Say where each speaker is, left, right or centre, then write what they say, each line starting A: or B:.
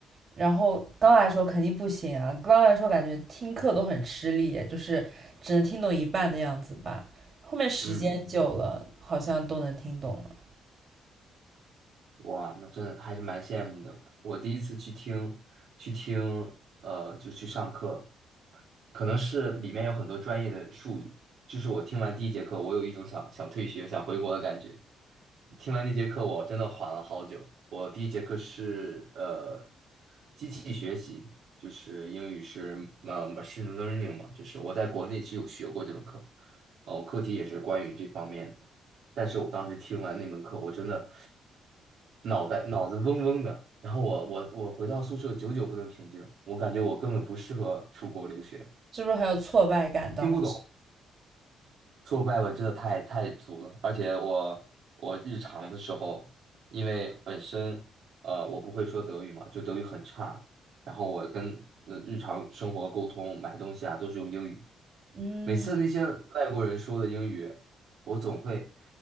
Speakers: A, on the right; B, on the right.
A: 然后刚来的时候肯定不行啊，刚来的时候感觉听课都很吃力，就是只能听懂一半的样子吧。后面时间久了，
B: 嗯。
A: 好像都能听懂了，
B: 哇，那真的还是蛮羡慕的。我第一次去听，去听，呃，就去上课，可能是里面有很多专业的术语，就是我听完第一节课，我有一种想想退学、想回国的感觉。听完那节课，我真的缓了好久。我第一节课是呃，机器学习，就是英语是呃 machine learning 嘛，就是我在国内是有学过这门课，哦，课题也是关于这方面的。但是我当时听完那门课，我真的脑袋脑子嗡嗡的。然后我我我回到宿舍，久久不能平静，我感觉我根本不适合出国留学，
A: 是不是很有挫败感？当时，
B: 听不懂。挫败感真的太太足了，而且我我日常的时候，因为本身呃我不会说德语嘛，就德语很差，然后我跟呃日常生活沟通、买东西啊都是用英语，
A: 嗯。
B: 每次那些外国人说的英语，我总会